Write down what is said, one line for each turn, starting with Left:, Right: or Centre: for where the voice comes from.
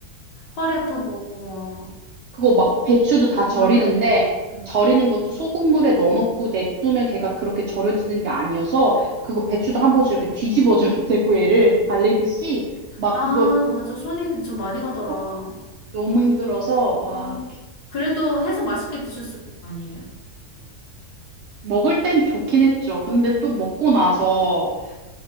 Left: 허리 아프고, 뭐.
Right: 그거 막 배추도 다 절이는데,
Left: 그러면은, 네.
Right: 절이는 것도 소금물에 넣어놓고 냅두면 걔가 그렇게 절여지는 게 아니어서, 그거 배추도 한 번씩 이렇게 뒤집어줘야
Left: 네.
Right: 되고, <laughs> 얘를 달래듯이, 막
Left: 아,
Right: 그거,
Left: 맞아. 손이 그쵸. 많이 가더라.
Right: 어, 너무 힘들어서, 와,
Left: 어, 그래도 해서 맛있게 드셨을 거 아니에요.
Right: 먹을 땐 좋긴 했죠. 근데 또 먹고 나서